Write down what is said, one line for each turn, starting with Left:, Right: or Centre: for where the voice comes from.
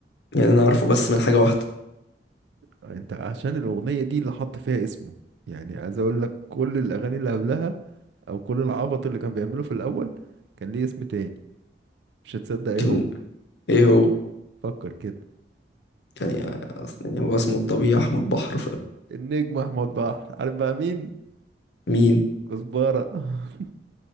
Left: يعني انا عارفه بس من حاجة واحدة
Right: انت عشان الاغنيه دي اللي حط فيها اسمه يعني عايز اقول لك كل الاغاني اللي قبلها او كل العبط اللي كان بيعمله في الاول كان ليه اسم تاني مش هتصدق ايه
Left: كان
Right: هو
Left: ايه هو
Right: فكر كده
Left: كان يعني اصلا يعني هو اسمه الطبيعي احمد بحر
Right: النجم احمد بحر عارف بقى مين
Left: فمين
Right: كزبره <laughs>